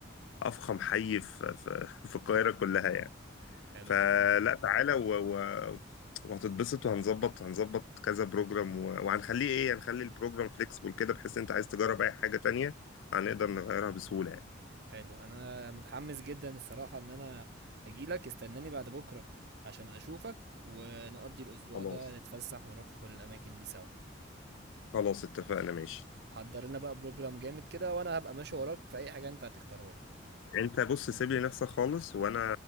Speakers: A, on the left; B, on the right.
A: أفخم حي في في في القاهرة كلها يعني
B: حلو
A: فلا
B: قوي
A: تعالى و... و... وهتتبسط وهنظبط هنظبط كذا بروجرام و... وهنخليه ايه هنخلي البروجرام فليكسبل كده بحيث انت عايز تجرب اي حاجة تانية هنقدر نغيرها بسهولة يعني
B: حلو انا متحمس جدا الصراحة ان انا هجيلك استناني بعد بكرة عشان اشوفك ونقضي الاسبوع
A: خلاص
B: ده نتفسح ونروح في الاماكن دي سوا
A: خلاص اتفقنا ماشي
B: حضر لنا بقى بروجرام جامد كده وانا هبقى ماشي وراك في اي حاجه انت هتختارها لي
A: انت بص سيب لي نفسك خالص وانا